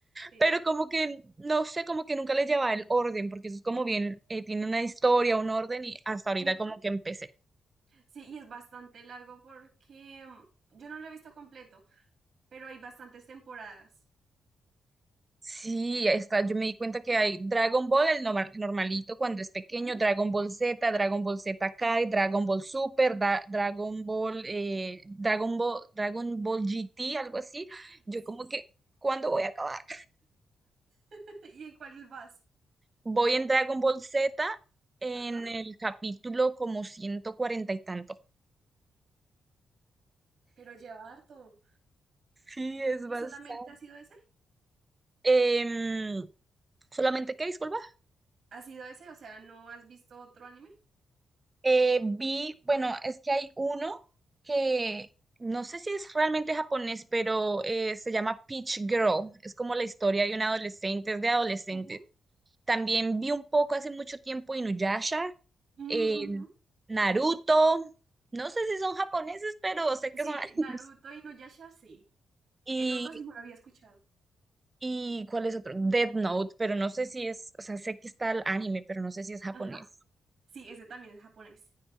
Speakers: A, on the right (about 60°); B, on the right (about 25°).
A: Sí.
B: pero como que no sé, como que nunca le llevaba el orden, porque eso es como bien, eh, tiene una historia, un orden, y hasta ahorita
A: Ujú.
B: como que empecé.
A: Sí, y es bastante largo porque mm, yo no lo he visto completo, pero hay bastantes temporadas.
B: Sí, está, yo me di cuenta que hay Dragon Ball, el normal- normalito cuando es pequeño,
A: Ujú.
B: Dragon Ball Z, Dragon Ball Z Kai, Dragon Ball Super, Dra- Dragon Ball, eh, Dragon Ball, Dragon Ball GT, algo así. Yo
A: Sí.
B: como que, ¿cuándo voy a acabar?
A: <laughs> ¿Y en cuál vas?
B: Voy en Dragon Ball Z en
A: Ajá.
B: el capítulo como 140 y tanto.
A: Pero lleva harto.
B: Sí, es
A: ¿Y
B: bastante.
A: solamente ha sido ese?
B: Em, solamente que, disculpa.
A: ¿Ha sido ese? O sea, ¿no has visto otro anime?
B: Eh, vi, bueno, es que hay uno que no sé si es realmente japonés, pero eh, se llama Peach Girl. Es como la historia de un adolescente, es de adolescentes.
A: Ujú.
B: También vi un poco hace mucho tiempo Inuyasha,
A: Mm,
B: eh,
A: ujú.
B: Naruto. No sé si son japoneses, pero sé
A: Sí,
B: que son animes.
A: Naruto y Nuyasha, sí.
B: Y,
A: El otro sí no lo había escuchado.
B: y ¿cuál es otro? Death Note, pero no sé si es, o sea, sé que está el anime, pero no sé si es japonés.
A: Ajá. Sí, ese también es japonés.